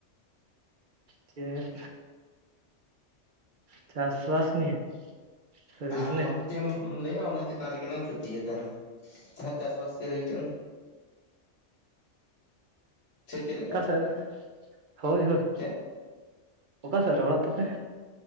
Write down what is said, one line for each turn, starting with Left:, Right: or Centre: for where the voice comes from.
Right: ᱪᱮᱫ? ᱪᱟᱥ ᱵᱟᱥ ᱱᱤᱭᱮ ᱥᱮ ᱵᱤᱡᱽᱱᱮᱥ
Left: ᱟᱢ ᱪᱮᱫ ᱮᱢ ᱞᱟᱹᱭᱟ ᱚᱱᱟ ᱪᱮᱛᱟᱱ ᱨᱮᱜᱮ ᱞᱟᱝ ᱛᱷᱩᱛᱤᱭᱟ ᱛᱟᱦᱞᱮ᱾ ᱛᱟᱦᱮ ᱪᱟᱥ ᱵᱟᱥ ᱜᱮ ᱦᱩᱭ ᱦᱚᱪᱚᱱ᱾ ᱥᱮ ᱪᱮᱫ ᱞᱮᱠᱟ
Right: ᱚᱠᱟ ᱥᱮᱱ? ᱦᱳᱭ ᱦᱳᱭ᱾
Left: ᱪᱮᱫ
Right: ᱚᱠᱟᱥᱮᱫ ᱨᱮ ᱚᱲᱟᱜ ᱛᱟᱯᱮ?